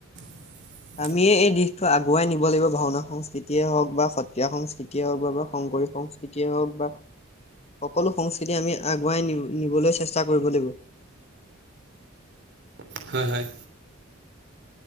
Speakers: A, on the right; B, on the left.
A: <inaudible>
B: আমিয়ে এই দিশতটো আগুৱাই নিব লাগিব ভাওনা সংস্কৃতিয়ে হওঁক বা সত্ৰীয়া সংস্কৃতিয়ে হওঁক বা শংকৰি সংস্কৃতি তিয়ে হওঁক বা সকলো সংস্কৃতি আমি আগুৱাই নি-নিবলৈ চেষ্টা কৰিব লাগিব।
A: হয়, হয়।